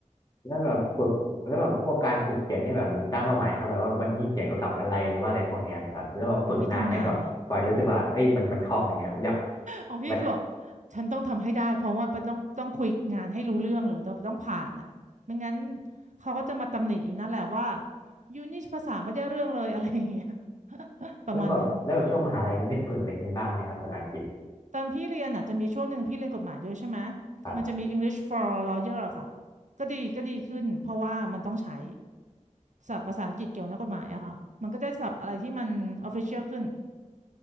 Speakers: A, on the left (about 30°); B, on the right (about 70°).
A: แล้วแบบฝึกแล้วแบบพวกการฝึกเขียนนี่แบบมีตั้งเป้าหมายครับแบบว่าวันนี้เขียนเกี่ยวกับอะไรหรือว่าอะไรพวกเนี้ยไหมครับแล้วแบบฝึกนานไหมแบบกว่ารู้สึกว่าเอ้ยมันมันคล่องอะไรเงี้ยอยาก
B: พี่ทำงานไง ของพี่คือแบบ
A: มัน
B: ฉันต้องทำให้ได้เพราะว่าต้องต้องคุยงานให้รู้เรื่องเลยต้องต้องผ่านอ่ะไม่งั้นเขาก็จะมาตำหนิอยู่นั่นแหละว่ายูนี่ภาษาไม่ได้เรื่องเลย <laughs> อะไรอย่างเงี้ยประมาณหนึง
A: แล้วแบบแล้วแบบช่วงมหาลัยนี่ได้ฝึกอะไรอย่างนี้บ้างไหมครับภาษาอังกฤษ
B: ตอนพี่เรียนอ่ะจะมีช่วงหนึ่งพี่เรียนกฎหมายด้วยใช่ไหม
A: ครับ
B: มันจะมี English for Lawyer อะค่ะก็ดีก็ดีขึ้นเพราะว่ามันต้องใช้ศัพท์ภาษาอังกฤษเกี่ยวกับนักกฎหมายอะค่ะมันก็ได้ศัพท์อะไรที่มัน official ขึ้น